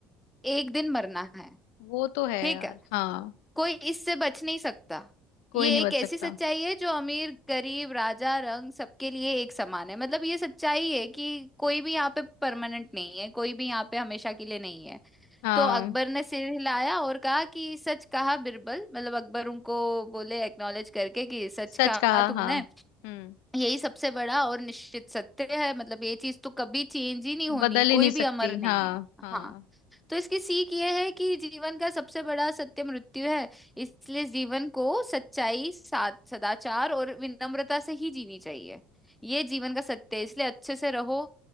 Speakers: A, in the centre; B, on the left.
A: एक दिन मरना है
B: वो तो है
A: ठीक
B: यार
A: है
B: हाँ
A: कोई इससे बच नहीं सकता
B: कोई
A: ये
B: नहीं बच
A: एक ऐसी
B: सकता
A: सच्चाई है जो अमीर गरीब राजा रंग सबके लिए एक समान है मतलब ये सच्चाई है कि कोई भी यहाँ पे परमानेंट नहीं है कोई भी यहाँ पे हमेशा के लिए नहीं है
B: हाँ
A: तो अकबर ने सिर हिलाया और कहा कि सच कहा बिरबल मतलब अकबर उनको बोले एक्नॉलेज करके कि सच
B: सच
A: कहा
B: कहा
A: तुमने
B: हाँ हम्म
A: यही सबसे बड़ा और निश्चित सत्य है मतलब ये चीज तो कभी चेंज ही नहीं होनी
B: बदल
A: है
B: ही
A: कोई
B: नहीं सकती
A: भी अमर नहीं
B: हाँ
A: है
B: हाँ
A: हाँ तो इसकी सीख यह है कि जीवन का सबसे बड़ा सत्य मृत्यु है इसलिए जीवन को सच्चाई साद- सदाचार और विनम्रता से ही जीनी चाहिए ये जीवन का सत्य है इसलिए अच्छे से रहो